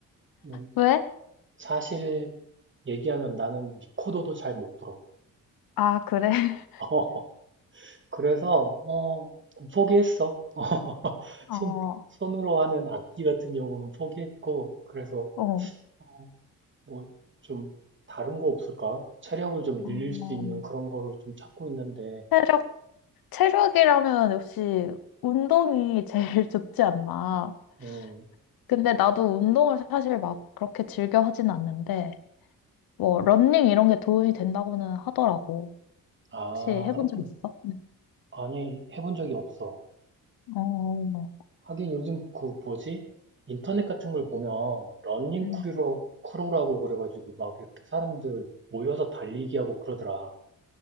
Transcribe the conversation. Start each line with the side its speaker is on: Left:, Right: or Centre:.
Right: 네,
Left: 왜?
Right: 사실 얘기하면 나는 리코더도 잘 못 불어.
Left: 아, 그래. <laughs>
Right: <laughs> 그래서, 어, 포기했어. <laughs>
Left: 어,
Right: 손, 손으로 하는 악기 같은 경우는 포기했고, 그래서,
Left: 어.
Right: 어, 뭐, 좀, 다른 거 없을까? 체력을 좀
Left: 어,
Right: 늘릴 수 있는 그런 거를 좀 찾고 있는데,
Left: 체력, 체력이라면 역시 운동이 제일 <laughs> 좋지 않나.
Right: 음,
Left: 근데 나도 운동을 사실 막 그렇게 즐겨 하진 않는데, 뭐, 러닝 이런 게 도움이 된다고는 하더라고.
Right: 아,
Left: 혹시 해본
Right: 하긴,
Left: 적 있어? 응.
Right: 아니, 해본 적이 없어.
Left: 어,
Right: 하긴 요즘 그 뭐지? 인터넷 같은 걸 보면 러닝
Left: 응.
Right: 크루라고 크루라고 그래가지고 막 이렇게 사람들 모여서 달리기 하고 그러더라.